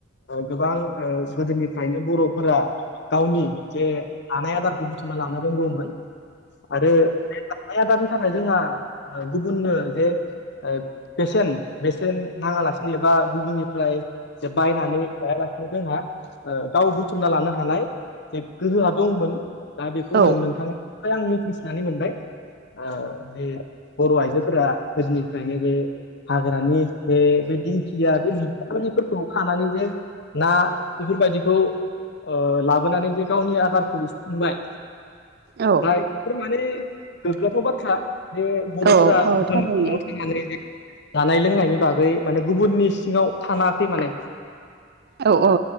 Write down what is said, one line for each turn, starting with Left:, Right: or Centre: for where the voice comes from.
Left: गोबां ओ गोदोनिफ्रायनो बर'फोरा गावनि जे हानाय आदार बुथुमना लानो रोंगौमोन आरो जानाय आदारनि थाखाय जोंहा गुबुननो जे ओ बेसेन बेसेन नाङालासिनो एबा गुबुननिफ्राय जे बायनानै लायालासेनो जोंहा ओ गाव बुथुमना लानो हानाय जे गोहोआ दंमोन दा बेखौ
Right: औ
Left: जों नोंथांनिफ्राय आं मिथिसनानै मोनबाय ओ जे बर' आइजोफोरा गोदोनिफ्रायनो बे हाग्रानि जे बे दिंखिया बे <unintelligible> फोरखौ खानानै जे ना बेफोरबायदिखौ ओ लाबोनानै बे गावनि आदारखौ बुंबाय
Right: औ
Left: बाय बेफोर माने गोग्गाथाव बाथ्रा जे बर'फोरा
Right: औ औ
Left: गुबुननि
Right: थारैनो
Left: <unintelligible> थांनानै जानाय लोंनायनि बागै माने गुबुननि सिङाव थानाङाखै माने
Right: औ
Left: ओ
Right: औ